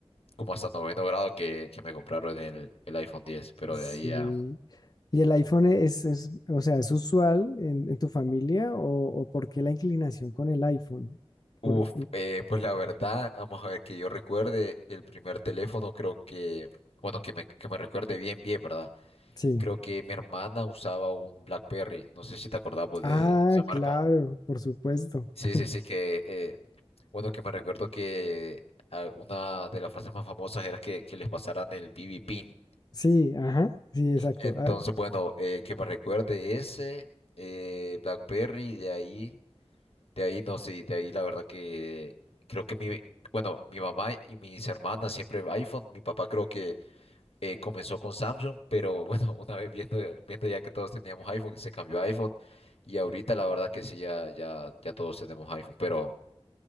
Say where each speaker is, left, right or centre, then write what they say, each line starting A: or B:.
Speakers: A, on the left; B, on the left.
A: como hasta noveno grado que, que me compraron el, el iPhone 10, pero
B: Sí.
A: de ahí a...
B: ¿Y el iPhone es, es, o sea, es usual en, en tu familia o, o por qué la inclinación con el iPhone?
A: Uf,
B: Por-
A: eh, pues la verdad, vamos a ver que yo recuerde el primer teléfono, creo que, bueno, que me, que me recuerde bien, bien, ¿verdad?
B: sí.
A: Creo que mi hermana usaba un BlackBerry, no sé si te acordabas
B: Ah,
A: de esa
B: claro,
A: marca.
B: por supuesto.
A: Sí,
B: <laughs>
A: sí, sí, que eh, Bueno, que me recuerdo que ah, una de las frases más famosas era que, que les pasaran el BB Pin.
B: Sí, ajá, sí, exacto.
A: Entonces,
B: ah,
A: bueno, eh, que me recuerde ese, eh, BlackBerry, de ahí, de ahí no sé, de ahí la verdad que creo que mi, bueno, mi mamá y mis hermanas siempre iPhone, mi papá creo que eh, comenzó con Samsung, pero bueno, <laughs> una vez viendo, viendo ya que todos teníamos iPhone, se cambió a iPhone y ahorita la verdad que sí, ya, ya, ya todos tenemos iPhone, pero...